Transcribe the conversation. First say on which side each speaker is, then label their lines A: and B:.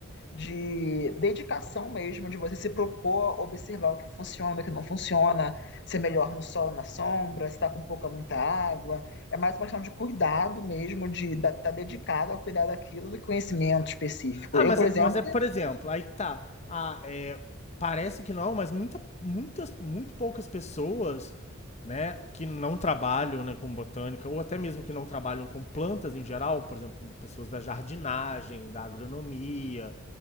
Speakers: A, on the left; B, on the left.
A: de dedicação mesmo, de você se propor observar o que funciona, o que não funciona, se é melhor no sol, ou na sombra, se está com pouca, muita água. É mais uma questão de cuidado mesmo, de estar tá dedicado a cuidar daquilo, do conhecimento específico.
B: Ah,
A: Eu,
B: mas
A: por
B: é,
A: exemplo,
B: mas é, por exemplo, aí que tá. Ah, é, parece que não, mas muita, muitas, muito poucas pessoas né, que não trabalham né, com botânica, ou até mesmo que não trabalham com plantas em geral, por exemplo, pessoas da jardinagem, da agronomia,